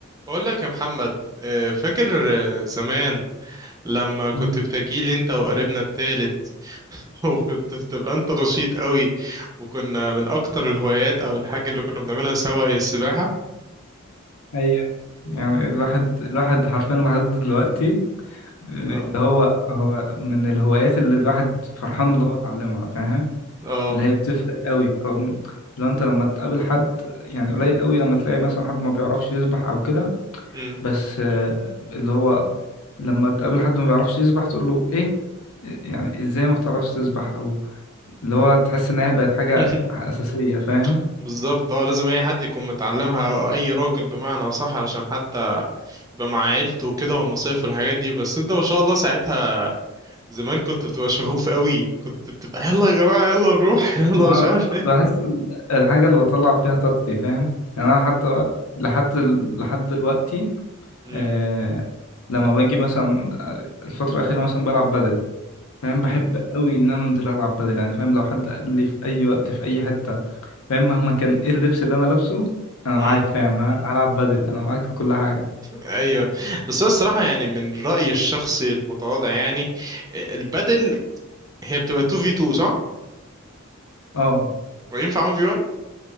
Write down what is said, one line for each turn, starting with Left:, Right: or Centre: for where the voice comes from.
Right: بقول لك يا محمد آه، فاكر آه، زمان لما كنت
Left: مم.
Right: بتجيلي انت وقريبنا التالت <laughs> وكنت بتبقى انت نشيط قوي وكنا من اكتر الهوايات او الحاجة اللي كنا بنعملها سوا هي السباحة
Left: ايوه يعني الواحد الواحد حرفيا لحد دلوقتي اللي
Right: اه
Left: هو هو من الهوايات اللي الواحد فرحان اللي هو اتعلمها فاهم
Right: اه
Left: اللي هي بتفرق قوي رغم لو انت لما تقابل حد يعني قليل قوي لما تلاقي مثلا حد ما بيعرفش يسبح او كده
Right: مم.
Left: بس آه، اللي هو لما تقابل حد ما بيعرفش يسبح تقول له ايه يعني ازاي ما بتعرفش تسبح او اللي هو تحس ان هي بقت حاجة
Right: <laughs>
Left: اساسية فاهم
Right: بالظبط اه لازم اي حد يكون متعلمها او اي راجل بمعنى صح عشان حتى يبقى مع عيلته وكده والمصايف والحاجات دي بس انت ما شاء الله ساعتها زمان كنت بتبقى شغوف قوي كنت بتبقى يلا يا جماعة يلا نروح <laughs> يلا
Left: يعني
Right: مش
Left: أنا
Right: عارف
Left: كنت
Right: ايه
Left: بحس ال- الحاجة اللي بطلع فيها طاقتي فاهم يعني أنا لحد لحد لحد دلوقتي
Right: مم.
Left: آه لما باجي مثلا الفترة الأخيرة مثلا بلعب بدل فاهم بحب قوي إن أنا أنزل ألعب بدل يعني فاهم لو حد قال لي في أي وقت في أي حتة فاهم مهما كان إيه اللبس اللي أنا لابسه أنا
Right: اه
Left: معاك فاهم هلعب بدل أنا معاك في كل حاجة
Right: ايوه بس هو الصراحه يعني من رايي الشخصي المتواضع يعني البدل هي بتبقى 2 في 2 صح
Left: أه
Right: وينفع 1 في 1